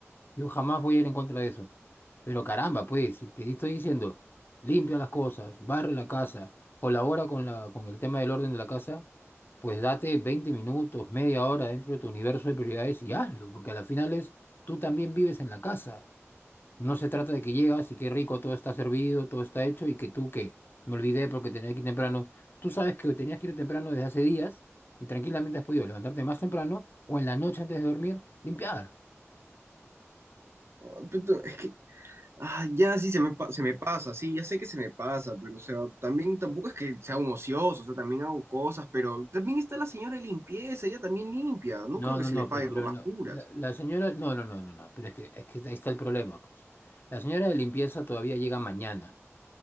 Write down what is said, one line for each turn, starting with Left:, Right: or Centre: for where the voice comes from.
Left: Yo jamás voy a ir en contra de eso. Pero caramba, pues, si te estoy diciendo, limpia las cosas, barre la casa, colabora con la, con el tema del orden de la casa, pues date 20 minutos, media hora dentro de tu universo de prioridades y hazlo, porque a la final es, tú también vives en la casa. No se trata de que llegas y qué rico, todo está servido, todo está hecho y que tú que me olvidé porque tenía que ir temprano. Tú sabes que tenías que ir temprano desde hace días y tranquilamente has podido levantarte más temprano o en la noche antes de dormir, limpiar.
Right: Oh, puto, Es que, ah, ya sí, se me, pa- se me pasa, sí, ya sé que se me pasa, pero, o sea, también tampoco es que sea un ocioso, o sea, también hago cosas, pero también está la señora de limpieza, ella también limpia, no
Left: No,
Right: creo que
Left: no,
Right: se
Left: no,
Right: le pague
Left: pues, pero
Right: por No,
Left: no,
Right: las puras.
Left: la, la señora, no, no, no, no, no, pero es que, es que ahí está el problema, pues. La señora de limpieza todavía llega mañana.